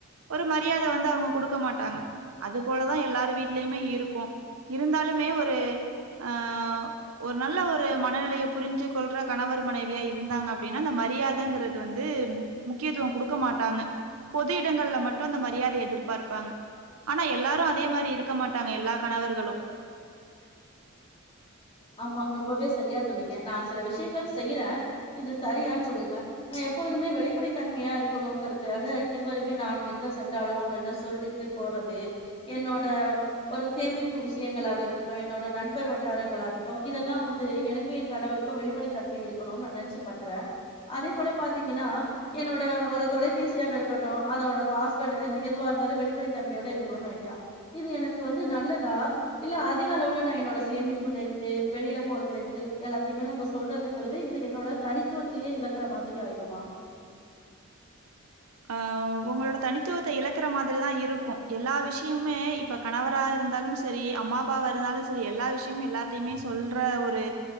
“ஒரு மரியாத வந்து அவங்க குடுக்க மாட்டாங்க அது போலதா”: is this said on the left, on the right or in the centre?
Right